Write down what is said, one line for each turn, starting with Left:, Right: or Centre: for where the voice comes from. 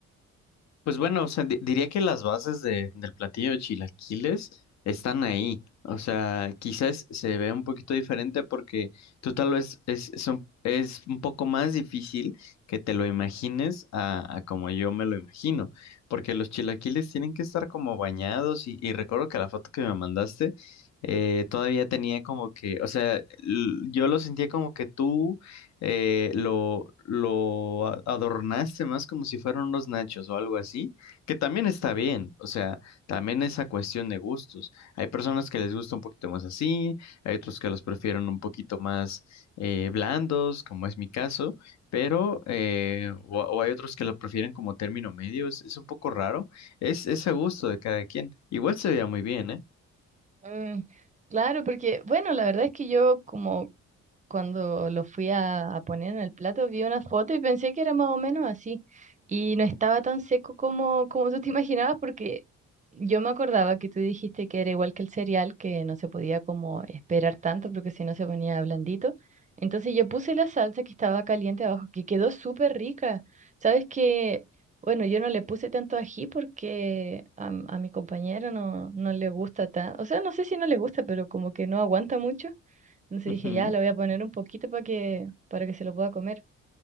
Left: Pues bueno, o sea, di- diría que las bases de- del platillo de chilaquiles están ahí. O sea, quizás se ve un poquito diferente porque tú tal vez es, es un, es un poco más difícil que te lo imagines a, a como yo me lo imagino. Porque los chilaquiles tienen que estar como bañados y, y recuerdo que la foto que me mandaste eh, todavía tenía como que, o sea, l- yo lo sentía como que tú eh, lo, lo a- adornaste más como si fueran unos nachos o algo así, que también está bien, o sea, también esa cuestión de gustos. Hay personas que les gusta un poquito más así, hay otros que los prefieren un poquito más eh, blandos, como es mi caso, pero, eh, o, o hay otros que lo prefieren como término medio, es, es un poco raro, es, es a gusto de cada quien. Igual se veía muy bien, ¿eh?
Right: Mm, claro, porque bueno, la verdad es que yo como cuando lo fui a, a poner en el plato, vi una foto y pensé que era más o menos así. Y no estaba tan seco como, como tú te imaginabas, porque yo me acordaba que tú dijiste que era igual que el cereal, que no se podía como esperar tanto, porque si no se ponía blandito. Entonces yo puse la salsa que estaba caliente abajo, que quedó súper rica. Sabes que, bueno, yo no le puse tanto ají porque a, a mi compañero no, no le gusta tan, o sea, no sé si no le gusta, pero como que no aguanta mucho. Entonces
Left: Ujú.
Right: dije, ya, la voy a poner un poquito para que, para que se lo pueda comer.